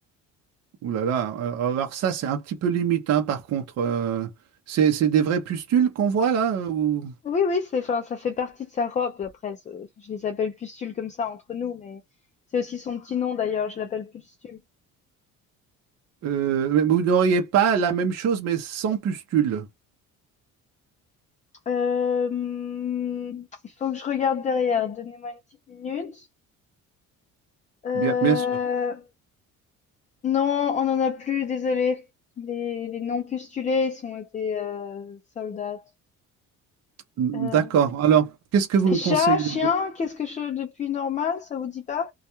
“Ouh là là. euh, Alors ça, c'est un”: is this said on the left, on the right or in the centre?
Right